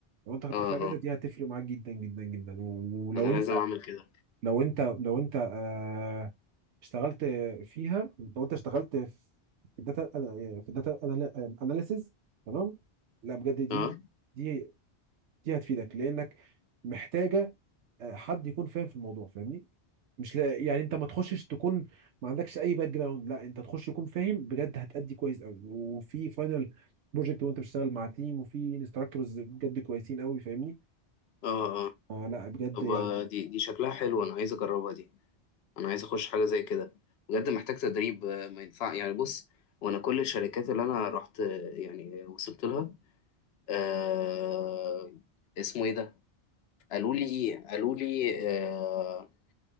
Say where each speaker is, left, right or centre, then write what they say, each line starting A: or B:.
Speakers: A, on the right (about 90°); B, on the left (about 70°).
A: لو انت خدتها
B: اه
A: في الاجازه
B: آه.
A: دي هتفرق معاك جدا جدا جدا و- ولو
B: انا
A: انت
B: لازم اعمل كده
A: لو انت لو انت آه اشتغلت فيها لو انت اشتغلت في الداتا في الداتا اناليسيز تمام لا بجد دي
B: اه
A: دي دي هتفيدك لانك محتاجه آه، حد يكون فاهم في الموضوع فاهمني مش لا يعني انت ما تخشش تكون ما عندكش اي باك جراوند لا انت تخش تكون فاهم بجد هتأدي كويس قوي وفي فاينل بروجكت وانت بتشتغل مع تيم وفي انستراكتورز بجد كويسين قوي فاهمني
B: اه اه
A: آه لا بجد
B: طب
A: يعني
B: آه، دي دي شكلها حلو انا عايز اجربها دي انا عايز اخش حاجه زي كده بجد محتاج تدريب آه، ما ينفع يعني بص وانا كل الشركات اللي انا رحت آه، يعني وصلت لها آه اسمه ايه ده قالوا لي قالوا لي آه